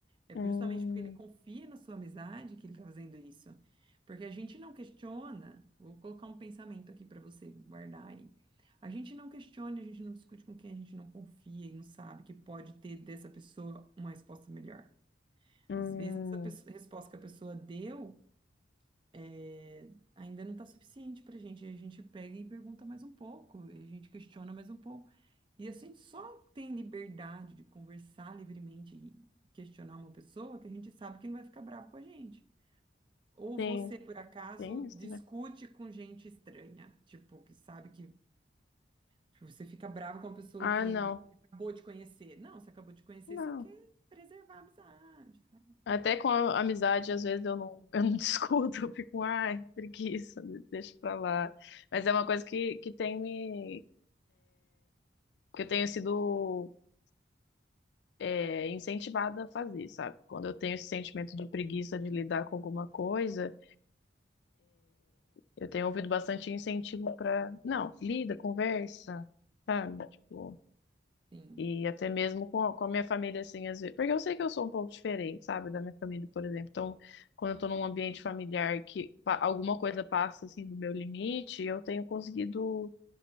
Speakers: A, on the right; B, on the left.
A: É por-
B: hum,
A: justamente porque ele confia na sua amizade que ele está fazendo isso. Porque a gente não questiona, vou colocar um pensamento aqui para você guardar aí. A gente não questiona, a gente não discute com quem a gente não confia e não sabe que pode ter dessa pessoa uma resposta melhor.
B: hum.
A: Às vezes, essa pesso- resposta que a pessoa deu é, ainda não está suficiente para a gente. A gente pega e pergunta mais um pouco, e a gente questiona mais um pouco. E a gente só tem liberdade de conversar livremente e questionar uma pessoa que a gente sabe que não vai ficar bravo com a gente. Ou
B: Sim,
A: você, por acaso,
B: tem isso,
A: discute
B: né?
A: com gente estranha, tipo, que sabe que tipo, você fica bravo com uma pessoa
B: Ah,
A: que
B: não.
A: acabou de conhecer. Não, você acabou de conhecer,
B: Não.
A: você quer preservar a amizade, tá?
B: Até com a amizade, às vezes eu não, eu não <laughs> discuto, eu fico, ai, preguiça, deixa pra lá. Mas é uma coisa que, que tem me, que eu tenho sido é, incentivada a fazer, sabe? Quando eu tenho esse sentimento de preguiça de lidar com alguma coisa, eu tenho ouvido bastante incentivo pra, não, lida, conversa, sabe? Tipo,
A: Sim,
B: E até mesmo com a, com a minha família, assim, às vezes. Porque eu sei que eu sou um pouco diferente, sabe, da minha família, por exemplo. Então, quando eu tô num ambiente familiar que pa- alguma coisa passa, assim, do meu limite, eu tenho conseguido